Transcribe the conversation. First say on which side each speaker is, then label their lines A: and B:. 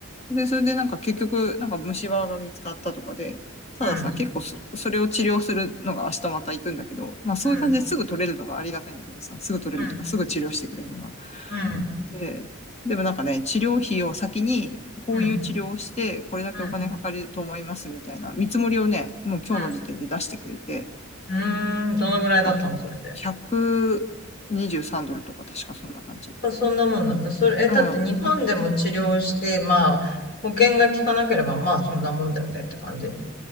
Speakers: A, on the left; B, on the left.
A: う。で、それでなんか結局、なんか虫歯が見つかったとかで、たださ、
B: うん、
A: 結構そ、それを治療するのが明日また行くんだけど、まあそういう感じですぐ取れるのがありがたいんだけどさ、
B: うん、
A: すぐ取れるとかすぐ治療してくれるのが。
B: うん、うん、
A: で、でもなんかね、治療費を先に、こういう治療をして、
B: うん、
A: これだけお金かかると思いますみたいな見積もりをね、
B: うん、
A: もう今日の時点で出してくれて、
B: うん。うーん、どのぐらいだったの、
A: まあ、
B: それで。
A: 123ドルとか確かそんな感じ。
B: まあそんなもんなんだ。それ、え、
A: うん。
B: だって日本でも治療して、まあ、保険が効かなければ、まあ、そんなもんだよねって感じ。